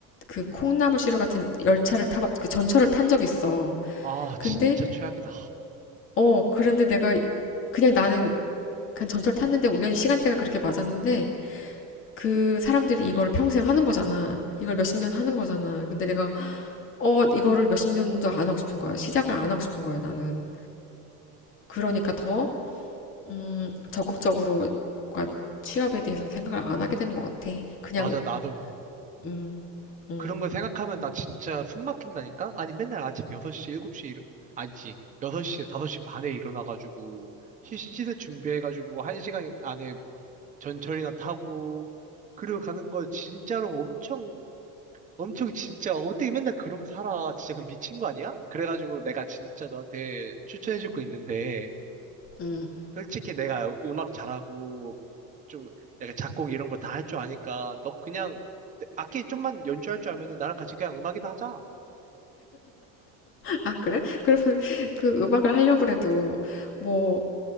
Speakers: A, on the left; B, on the right.
A: 그 콩나물 시루 같은 열차를 타봤, 그 전철을 탄 적이 있어.
B: 아,
A: 근데,
B: 진짜 최악이다.
A: 어, 그런데 내가 그냥 나는 그냥 전철 탔는데 우연히 시간대가 그렇게 맞았는데, 그 사람들이 이걸 평생 하는 거잖아. 이걸 몇십 년 하는 거잖아. 근데 내가, 어, 이거를 몇십 년도 안 하고 싶은 거야. 시작을 안 하고 싶은 거야, 나는. 그러니까 더, 음, 적극적으로, 뭔가 취업에 대해서 생각을 안 하게 되는 것 같아. 그냥,
B: 맞아, 나도
A: 음, 음,
B: 그런 거 생각하면 나 진짜 숨 막힌다니까? 아니 맨날 아침 6시, 7시 일... 아니지. 6시, 5시 반에 일어나가지고 시- 시즌 준비해가지고 한시간 안에 전철이나 타고 그리고 가는 거 진짜로 엄청 엄청 진짜 어떻게 맨날 그러고 살아 진짜 그 미친 거 아니야? 그래가지고 내가 진짜 너한테 추천해줄 거 있는데
A: 음.
B: 솔직히 내가 음악 잘하고 좀 내가 작곡 이런 거 다 할 줄 아니까 너 그냥 내- 악기 좀만 연주할 줄 알면은 나랑 같이 그냥 음악이나 하자.
A: 아, 그래? <laughs> 그러면 그 음악을 하려고 그래도, 뭐,